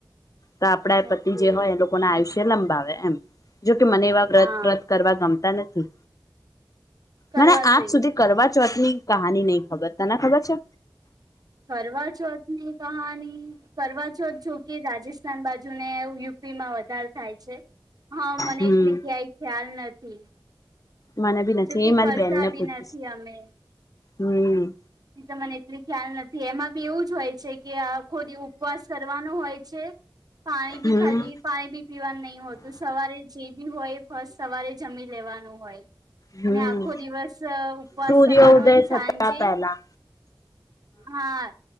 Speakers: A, on the left; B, on the right.
A: તો આપણા પતિ
B: ઓકે
A: જે હોય એ લોકો ના આયુષ્ય લંબાવે એમ જોકે મને. વત
B: હા
A: વત કરવા ગમતા નથી
B: કરવા
A: મને આજ
B: જોઈએ
A: સુધી કરવા ચોથની. કહાની નહ ખબર તને ખબર છે.
B: કરવા ચોથ ની કહાની કરવા ચોથ જોકે રાજસ્થાન બાજુનેુ. ીમાં વધાર થાય છે હા મને
A: હમ
B: એટલી ક્યાંય ખ્યાલ નથી.
A: મને બી નથી
B: જોકે
A: એ મારી
B: કરતા
A: બેનને
B: બી
A: પૂછીશ
B: નથી અમે.
A: હમ.
B: એ તો મને એટલી ખ્યાલ નથી એમાં બી એવું જ હોય છે કે આ ખોદી ઉપવાસ કરવાનો હોય છે. પાણી
A: હમ
B: ભી ખાલી. પાણી બી પીવાનું નહીિ હોતું સવારે જે બી હોય ફ સવારે જમી લેવાનું હોય.
A: હમ
B: અને આખો દિવસ ઉપવાસ
A: સૂર્ય
B: કરવાનો
A: ઉદય
B: હોયને
A: થતા
B: સાંજે.
A: પહેલા
B: હા.